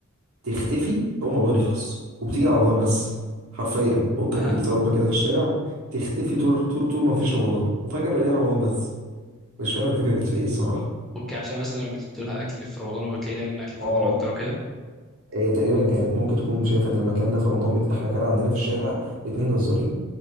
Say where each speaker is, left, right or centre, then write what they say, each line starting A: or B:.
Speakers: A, on the right (about 75°); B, in the centre.
A: تختفي أول ما رمضان يخلص وبتيجي على رمضان بس حرفيا قطة
B: <laughs>
A: كانت بتتربى كده في الشارع تختفي طول طول طول ما فيش رمضان وفجأة بنلاقيها في رمضان بس مش فاهم الفكرة كانت في إيه الصراحة
B: اوكي عشان مثلا بتدولها
A: <laughs>
B: اكل في رمضان وبتلاقي دايما اكل في
A: اه
B: رمضان اكتر وكده
A: هي تقريبا كانت ممكن تكون شايفة إن المكان ده في رمضان بت... إحنا كان عندنا في الشارع اتنين جزارين